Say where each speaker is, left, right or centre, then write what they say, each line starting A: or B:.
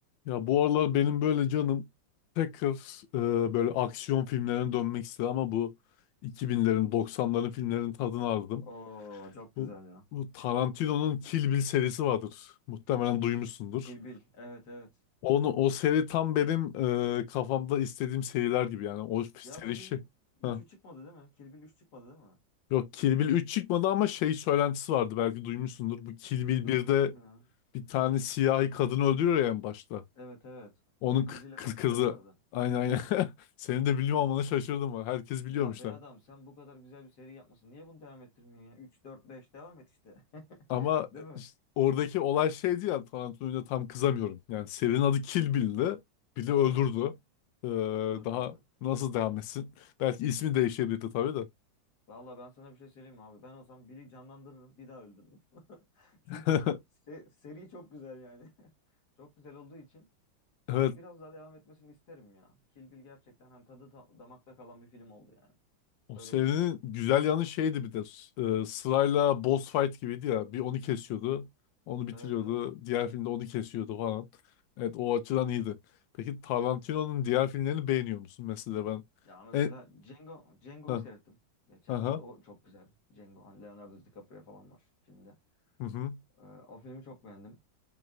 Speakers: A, on the left (about 75°); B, on the left (about 55°).
A: Ya bu aralar benim böyle canım tekrar e, böyle aksiyon filmlerine dönmek istedim ama bu 2000'lerin 90'ların filmlerinin tadını aldım.
B: Oo çok güzel
A: Bu,
B: ya.
A: bu Tarantino'nun Kill Bill serisi vardır. Muhtemelen duymuşsundur.
B: Kill Bill. Evet evet.
A: Onu o seri tam benim e, kafamda istediğim seriler gibi yani o seri
B: Ya bu filmin
A: şey.
B: üçü
A: Heh.
B: çıkmadı değil mi? Kill Bill 3 çıkmadı değil mi?
A: Yok Kill Bill 3 çıkmadı ama şey söylentisi vardı belki duymuşsundur. Bu Kill
B: Duydum
A: Bill birde
B: duydum ya.
A: bir tane siyahi kadını öldürüyor ya en başta.
B: Evet evet.
A: Onun
B: Onun kızıyla
A: kı- kı-
B: kapışacaklardı.
A: kızı. Aynen aynen. <laughs> Senin de biliyor
B: Ya.
A: olmana şaşırdım var. Herkes biliyormuş
B: Ya be
A: lan.
B: adam sen bu kadar güzel bir seri yapmasın. Niye bunu devam ettirmiyorsun ya? 3 4 5 devam et işte. <laughs>
A: Ama
B: Değil mi?
A: işte oradaki olay şeydi ya Tarantino'ya tam kızamıyorum. Yani serinin adı Kill Bill'di. Bill'i öldürdü.
B: Evet.
A: Ee,
B: Öldürdü.
A: daha nasıl devam etsin? Belki ismi değişebilirdi tabii de.
B: Vallahi ben sana bir şey söyleyeyim mi abi? Ben olsam Bill'i canlandırırım. Bir daha öldürürüm. <laughs>
A: <laughs>
B: Çünkü se- seri çok güzel yani. <laughs> Çok güzel olduğu için
A: Evet.
B: Yani biraz daha devam etmesini isterim ya. Kill Bill gerçekten hani tadı ta- damakta kalan bir film oldu yani.
A: O
B: Öyle
A: serinin
B: diyebilirim.
A: güzel yanı şeydi bir de e, sırayla boss fight gibiydi ya. Bir onu kesiyordu, onu bitiriyordu.
B: Evet evet.
A: Diğer filmde onu kesiyordu falan. Evet o açıdan iyiydi. Peki Tarantino'nun diğer filmlerini beğeniyor musun? Mesela ben
B: Ya mesela
A: e,
B: Django, Django'yu
A: ha,
B: seyrettim geçenlerde.
A: aha,
B: O çok güzel. Django, hani Leonardo DiCaprio falan var filmde.
A: hı hı,
B: Ee, o filmi çok beğendim.